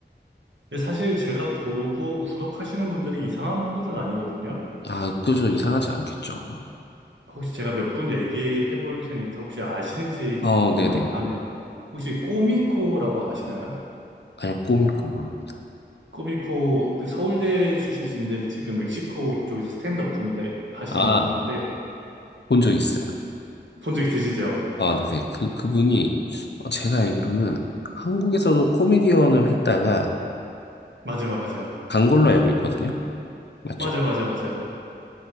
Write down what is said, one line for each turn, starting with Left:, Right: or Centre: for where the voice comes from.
Right: 근데 사실 제가 보고 구독하시는 분들이 이상한 분들은 아니거든요.
Left: 아, 그저 이상하지 않겠죠.
Right: 혹시 제가 몇 분 얘기해 볼 테니까 혹시 아시는지
Left: 어,
Right: 좀 궁금하긴
Left: 네네.
Right: 하네요. 혹시 꼬미코라고 아시나요?
Left: 아니요, 꼬미코 모릅니다.
Right: 꼬미코 그 서울대 출신이신데 지금 멕시코 쪽에서 스탠드업 코미디 하시는
Left: 아,
Right: 분인데
Left: 본 적 있어요.
Right: 본 적 있으시죠?
Left: 아, 네네. 그, 그분이, 어, 제가 알기로는 한국에서도 코미디언을 했다가
Right: 맞아 맞아요.
Left: 간 걸로 알고 있거든요. 맞죠?
Right: 맞아 맞아 맞아요.